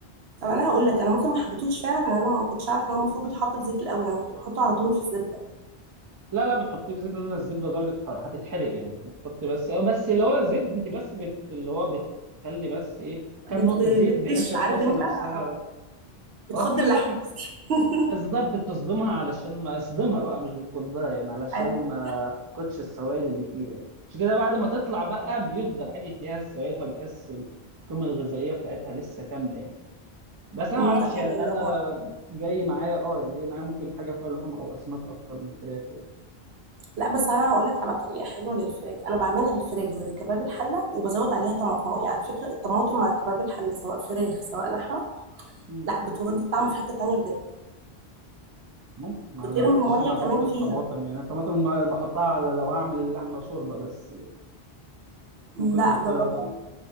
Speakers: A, on the right; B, on the right.
A: طب انا هقول لك انا ممكن ما حبيتهوش فعلا انا ما كنتش عارفه ان هو المفروض بيتحط في زيت الاول انا كنت بحطه على طول في الزبده
B: لا لا بتحطيه في زيت لان الزبده درجه حراره هتتحرق يعني بتحط بس بس اللي هو الزيت انت بس بت... اللي هو بتخلي بس ايه كام
A: بت...
B: نقطه
A: ب-
B: زيت
A: بتكش
B: بحيث الطاسه
A: عارف انت
B: نفسها
A: آه، بتخض
B: هو كده
A: اللحمه
B: اللحم
A: <laughs>
B: بالظبط بتصدمها علشان ما اصدمها بقى مش بتكدها يعني علشان
A: ايوه
B: ما تفقدش السوائل اللي فيها يعني مش كده بعد ما تطلع بقى بيفضل عادي فيها السوائل فبتحس القيمه الغذائيه بتاعتها لسه كامله يعني بس انا
A: أمم،
B: ما اعرفش
A: طب
B: يعني
A: هجربها
B: انا جاي معايا اه يعني جاي معايا ممكن حاجه فيها لحوم او اسماك اكتر من فراخ
A: لا بس انا هقول لك على طريقه حلوه للفراخ انا بعملها الفراخ زي كباب الحله وبزود عليها طماطم يعني على فكره الطماطم مع كباب الحله سواء فراخ سواء لحمه
B: يعني
A: لا بتودي الطعم في حته تانية بجد
B: ممكن ما
A: بترمي
B: جربتش
A: ميه
B: انا احط
A: كمان
B: الطماطم
A: فيها
B: يعني الطماطم ما بحطها على لو اعمل لحمه شوربه بس يعني ممكن
A: لا
B: احط
A: جربها
B: لها طماطم